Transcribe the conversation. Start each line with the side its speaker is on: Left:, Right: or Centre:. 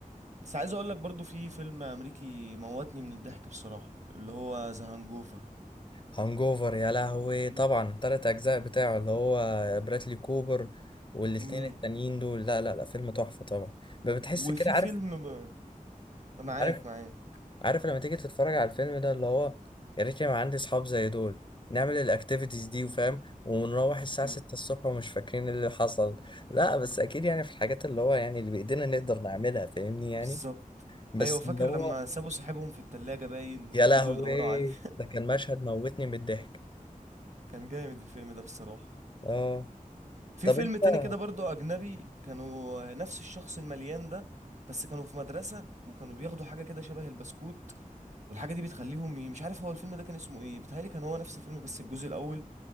Right: بس عايز اقول لك برضو في فيلم امريكي موتني من الضحك بصراحة اللي هو ذا هانجوفر
Left: هانجوفر يا لهوي
Right: مم.
Left: طبعا تلات اجزاء بتاعه اللي هو برادلي كوبر والاتنين
Right: امم
Left: التانيين دول لا لا لا فيلم تحفة طبعا ما بتحس
Right: وفي
Left: كده عارف
Right: فيلم ب... معاك
Left: عارف
Right: معاك
Left: عارف لما تيجي تتفرج على الفيلم ده اللي هو يا ريت يبقى عندي اصحاب زي دول نعمل الاكتيفيتيز دي وفاهم ونروح الساعة
Right: ايوه
Left: 6 الصبح ومش فاكرين اللي حصل لا بس اكيد يعني في الحاجات اللي هو يعني اللي بايدينا نقدر نعملها فاهمني يعني
Right: بالظبط
Left: بس
Right: ايوه فاكر
Left: اللي هو
Right: لما سابوا صاحبهم في التلاجة باين
Left: يا
Right: وفضلوا
Left: لهوي
Right: يدوروا عليه
Left: ده كان مشهد موتني من الضحك
Right: <laughs> كان جامد الفيلم ده بصراحة
Left: اه
Right: في
Left: طب
Right: فيلم
Left: انت
Right: تاني كده برضو أجنبي كانوا نفس الشخص المليان ده بس كانوا في مدرسة وكانوا بياخدوا حاجة كده شبه البسكوت والحاجة دي بتخليهم ي- مش عارف هو الفيلم ده كان اسمه ايه بيتهيألي كان هو نفس الفيلم بس الجزء الأول